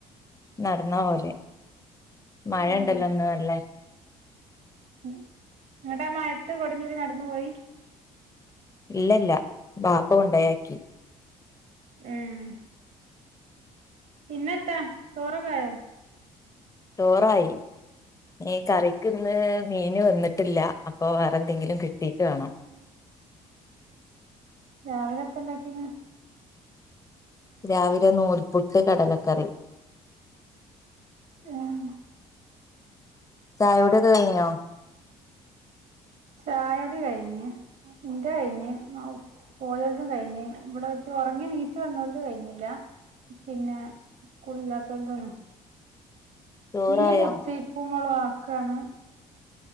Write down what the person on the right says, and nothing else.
ഉം
ഇങ്ങട്ടാ മയത്ത് കൊടിം ചൂടി നടന്നു പോയീ?
ഉം പിന്നെത്താ ചോറക്കൊ ആയോ
രാവിലെ എത്താ ഇണ്ടാക്കീന്?
ഉം
ചായ കുടി കഴിഞ്ഞ് ഇൻ്റെ കഴിഞ്ഞ്, പോയോൽതും കഴിഞ്ഞ്, ഇവിടെ <unintelligible> ഒറങ്ങി ണീച്ച് വന്നോ ൽത് കഴിഞ്ഞില്ല, പിന്നെ സ്കൂളില്ലാത്തോൽതൊന്നും.
മീൻ മുറിച്ച് <unintelligible> മൊളകാക്കാണ്.